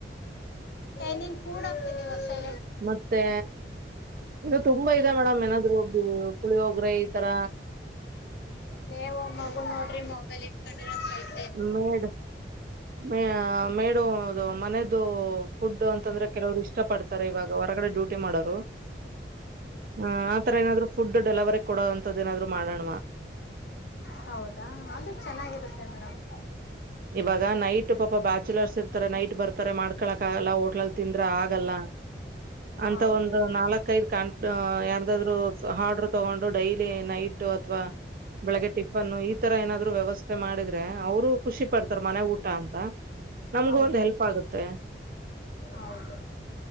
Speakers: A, on the left (about 65°); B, on the right (about 50°).
A: ಏನ್ನ್ ಕೂಡ ಹಕ್ತೀನಿವ ಶೈ
B: ಮತ್ತೆ ಇದು ತುಂಬಾ ಇದ ಮೇಡಮ್ ಏನಾದ್ ಒಬ್ಬ ಕುಳಿ ಹೋಗ್ರೆ ಈತರ
A: ನೀವ್ ಮಗು ನೋಡ್ರಿ ಮೊಬೈಲ್ ಇಟ್ಕೊಂಡಿರ ಕಲ್ಪ
B: ಮೇಡ್ ಮೇ ಮೇಡದು ಮನದು ಫುಡ್ ಅಂತಂದ್ರೆ ಕೆಲವರು ಇಷ್ಟ ಪಡ್ತಾರೆ ಇವಾಗ ಹೊರಗಡೆ ಡ್ಯೂಟಿ ಮಾಡೋರು ಹ ಆತರ ಏನಾದ್ರು ಫುಡ್ ಡೆಲವರಿ ಕೊಡೋಂಂತದ್ದ ನಾದ್ರು ಮಾಡೋಣ
A: ಹೌದಾ ಆದ್ರದು ಚೆನ್ನಾಗಿರುತ್ತೆ ಮೇಡಮ್
B: ಇವಾಗ ನೈಟ್ ಪಾಪ ಬ್ಯಾಚುಲರ್ಸ್ ಇರ್ತಾರೆ ನೈಟ್ ಬರ್ತಾರೆ ಮಾಡ್ಕೊಳಕ್ ಆಗಲ್ಲ ಹೋಟ್ಲಲ್ ತಿಂದ್ರ ಆಗಲ್ಲ ಅಂತ
A: ಹೌದು
B: ಒಂದ ನಾಲ್ಕ ಐದು ಕಾಣ್ತ ಯಾರದಾದ್ರು ಹಾಡರು ತಗೊಂಡು ಡೈಲಿ ನೈಟ್ ಅಥವಾ ಬೆಳಿಗ್ಗೆ ಟಿಫನ್ನು ಈ ತರ ಏನಾದ್ರು ವ್ಯವಸ್ಥೆ ಮಾಡಿದ್ರೆ ಅವರು ಖುಷಿ ಪಡ್ತಾರ ಮನೆ ಊಟ ಅಂತ ನಮ್ಗು
A: ಹೌದು
B: ಒಂದ್ ಹೆಲ್ಪ್ ಆಗುತ್ತೆ
A: ಹೌದು